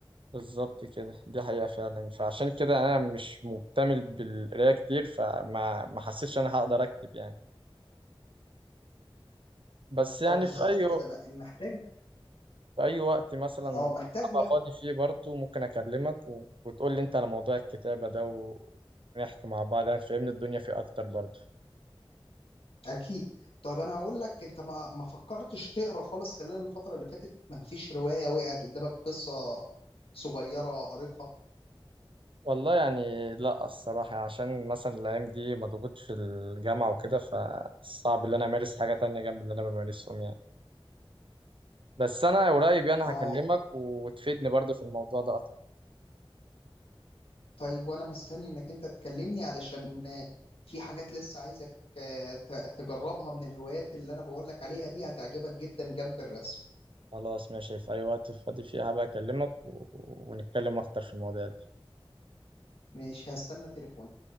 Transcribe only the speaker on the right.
بالظبط كده دي حقيقة فعلا فعشان كده انا مش مكتمل بالقراية كتير فما ما حسيتش انا هقدر اكتب يعني بس يعني
في اي
في أي وقت مثلا
أبقى
فاضي فيه برضو ممكن أكلمك و... وتقول لي أنت على موضوع الكتابة ده ونحكي مع بعض يعني تفهمني الدنيا فيه أكتر برضو
والله يعني لأ الصراحة يعني عشان مثلا الأيام دي مضغوط في الجامعة وكده فصعب إن أنا أمارس حاجة تانية جنب اللي أنا بمارسهم يعني بس أنا قريب يعني
هكلمك وتفيدني برضو في الموضوع ده أكتر
خلاص ماشي في أي وقت فاضي فيه هبقى أكلمك و... ونتكلم أكتر في المواضيع دي